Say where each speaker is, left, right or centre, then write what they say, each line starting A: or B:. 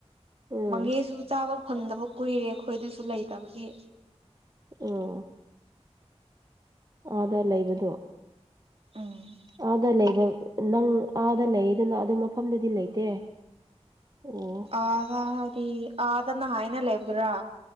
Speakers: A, on the right (about 35°); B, on the right (about 55°).
A: ꯎꯝ
B: ꯃꯒꯦꯁꯨ ꯆꯥꯕ ꯐꯪꯗꯕ ꯀꯨꯏꯔꯦ ꯑꯩꯈꯣꯏꯗꯁꯨ ꯂꯩꯇꯕꯒꯤ
A: ꯑꯣ ꯑꯗ ꯂꯩꯕꯗꯣ
B: ꯎꯝ
A: ꯑꯥꯗ ꯂꯩꯕ ꯅꯪ ꯑꯥꯗ ꯂꯩꯌꯦꯗꯅ ꯑꯗꯨ ꯃꯐꯝꯗꯗꯤ ꯂꯩꯇꯦ ꯑꯣ
B: ꯑꯔꯤ ꯑꯗꯨꯗꯅ ꯍꯥꯏꯥꯏꯅ ꯂꯩ ꯏꯕꯗ꯭ꯔꯥ